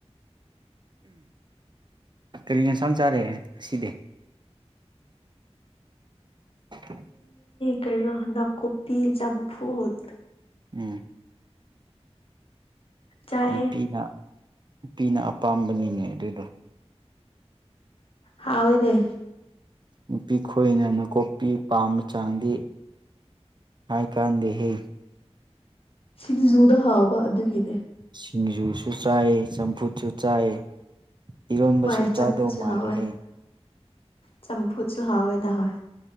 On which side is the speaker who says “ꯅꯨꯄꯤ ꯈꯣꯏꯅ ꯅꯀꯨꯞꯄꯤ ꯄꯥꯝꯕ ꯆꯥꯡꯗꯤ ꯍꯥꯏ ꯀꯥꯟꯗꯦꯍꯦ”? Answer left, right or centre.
Right